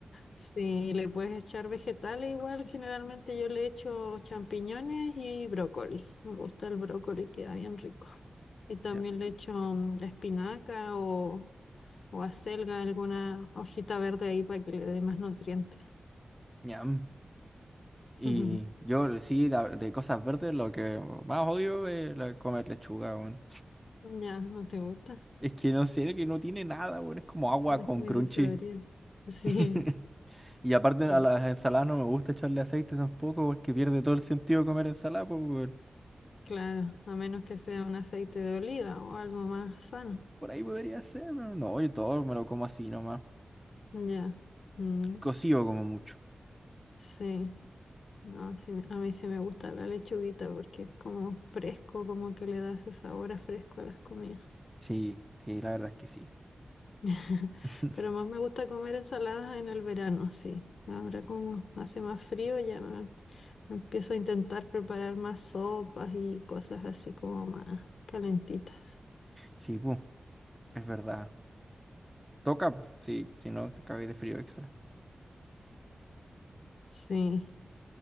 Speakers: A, on the left; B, in the centre.
A: Sí, le puedes echar vegetales igual. Generalmente yo le echo champiñones y brócoli. Me gusta el brócoli, queda bien rico. Y también
B: Qué rico.
A: le echo mm, espinaca o, o acelga, alguna hojita verde ahí para que le dé más nutrientes.
B: Ñam.
A: <laughs>
B: Y yo sí, la- de cosas verdes, lo que más odio es la- comer lechuga, weón.
A: Ya, ¿no te gusta?
B: Es que no sé, que no tiene nada, weón. Es como agua
A: No es
B: con
A: muy
B: crunchy.
A: de saborear. <laughs> Sí,
B: <laughs> Y aparte
A: sí,
B: a las ensaladas no me gusta echarle aceite tampoco, porque pierde todo el sentido comer ensalada, pues, weón.
A: claro. A menos que sea un aceite de oliva o algo más sano.
B: Por ahí podría ser, pero no, yo todo me lo como así nomás.
A: Ya. Mm,
B: Cocido como mucho.
A: sí. No, sí me- a mí sí me gusta la lechuguita porque es como fresco, como que le da ese sabor a fresco a las comidas.
B: Sí, sí, la verdad es que sí.
A: <laughs>
B: <laughs>
A: Pero más me gusta comer ensaladas en el verano, sí. Ahora como hace más frío ya me- empiezo a intentar preparar más sopas y cosas así como más calentitas.
B: Sí, pu, es verdad. Toca, pu, sí, si no te cagué de frío extra.
A: Sí,